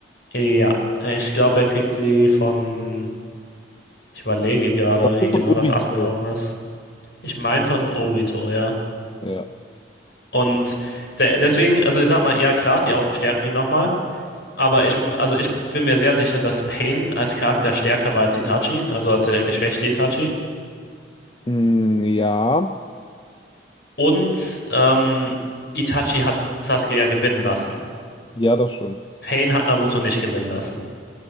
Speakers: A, on the left; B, on the left.
A: Ja, ich glaube, er kriegt sie von, ich überlege gerade, wie
B: Von
A: genau
B: Obito.
A: das abgelaufen ist. Ich meine von Obito, ja.
B: Ja.
A: Und de deswegen, also ich sag mal, ja klar, die Augen stärken ihn nochmal, Aber ich, w- also ich bin mir sehr sicher, dass Pain als Charakter stärker war als Itachi, also als der geschwächte Itachi.
B: Mm, ja,
A: Und ähm, Itachi hat Sasuke ja gewinnen lassen.
B: ja, das stimmt.
A: Pain hat Naruto nicht gewinnen lassen.